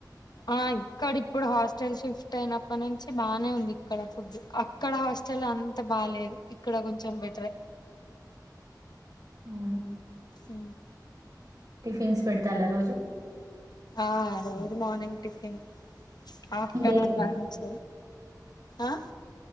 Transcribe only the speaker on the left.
ఆ ఇక్కడ ఇప్పుడు హాస్టల్ షిఫ్ట్ అయినప్ప నుంచి బానే ఉంది ఇక్కడ ఫుడ్ అక్కడ హాస్టల్ అంత బాలేేదు ఇక్కడ కొంచెం బెటరే
ఆ
ఆ రోజు morning tiffin afternoon
lunch ఆ